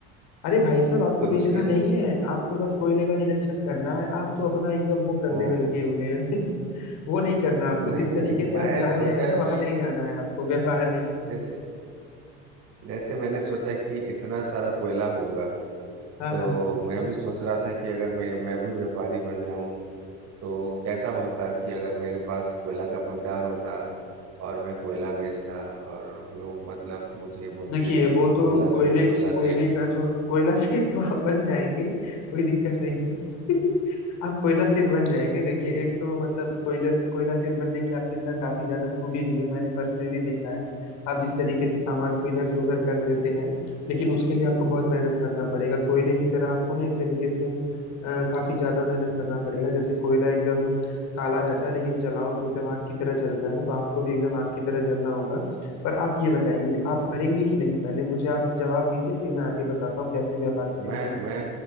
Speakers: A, on the left (about 65°); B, on the right (about 55°).
A: अरे भाई साहब आपको
B: उसको
A: बेचना
B: उसके लिए
A: नहीं है आपको बस कोयले का निरीक्षक करना है आप तो अपना एकदम वो करने
B: ओ
A: में लगे हुए हैं <laughs> वो नहीं करना आपको
B: <laughs> नहीं
A: जिस तरीके से
B: मैं
A: आप जा रहे
B: सोचा
A: हैं ना वहां
B: कि
A: नहीं जाना है आपको <laughs> व्यापार में
B: जैसे जैसे मैंने सोचा कि इतना सारा कोयला होगा
A: हाँ
B: तो
A: हाँ
B: मैं भी सोच रहा था कि अगर मैं मैं भी व्यापारी बन जाऊं तो कैसा होता कि अगर मेरे पास कोयला का भंडार होता और मैं कोयला बेचता और लोग मतलब मुझे बोलते
A: देखिए वो तो
B: कोयला
A: कोयले
B: सेठ कोयला
A: कोयले
B: सेठ
A: का जो कोयला <laughs> सेठ तो आप बन जाएंगे कोई दिक्कत नहीं है <laughs> आप कोयला सेठ बन जाएंगे देखिए एक तो मतलब कोयला से कोयला सेठ बनने की आपके अंदर काफी ज्यादा खूबी भी है मैंने पर्सनली देखा है आप जिस तरीके से सामान को इधर से उधर कर देते हैं लेकिन उसके लिए आपको बहुत मेहनत करना पड़ेगा कोयले की तरह आपको ना एक तरीके से अ, काफी ज्यादा मेहनत करना पड़ेगा जैसे कोयला एकदम काला रहता है लेकिन जलाओ तो एकदम आग की तरह जलता है ना तो आपको भी एकदम आग की तरह जलना होगा पर आप ये बताइए
B: हाँ
A: आप
B: हाँ।
A: करेंगे कि नहीं पहले मुझे आप जवाब दीजिए फिर मैं आगे बताता हूँ कैसे व्यापार करेंगे
B: मैं मैं